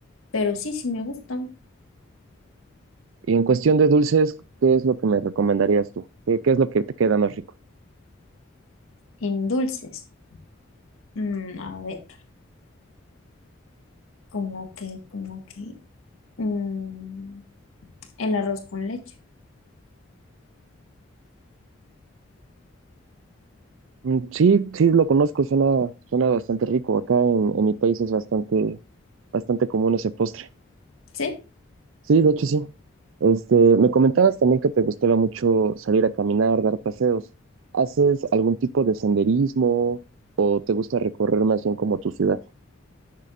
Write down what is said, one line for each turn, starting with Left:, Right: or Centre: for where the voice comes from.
Left: Pero sí, sí me gustan
Right: Y en cuestión de dulces, ¿qué es lo que me recomendarías tú? ¿Qué, qué es lo que te queda más rico?
Left: en dulces. mm, a ver, como que, como que mm, el arroz con leche,
Right: Mm, Sí, sí, lo conozco, suena, suena bastante rico. Acá en, en mi país es bastante, bastante común ese postre.
Left: ¿sí?
Right: Sí, de hecho sí. Este, me comentabas también que te gustaba mucho salir a caminar, dar paseos. ¿Haces algún tipo de senderismo o te gusta recorrer más bien como tu ciudad?